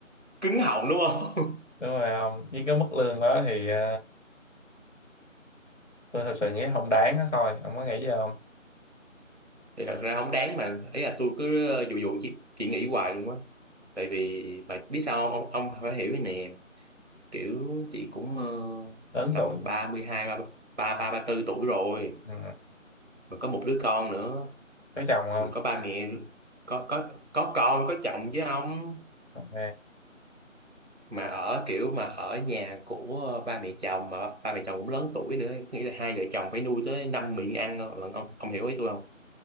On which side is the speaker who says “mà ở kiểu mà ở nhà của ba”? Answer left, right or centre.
Right